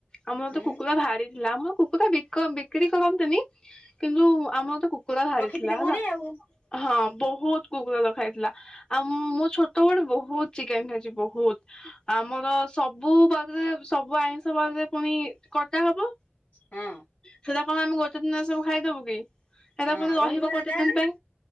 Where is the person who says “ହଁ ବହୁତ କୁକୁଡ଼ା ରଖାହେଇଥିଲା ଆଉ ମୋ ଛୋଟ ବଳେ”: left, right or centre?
Left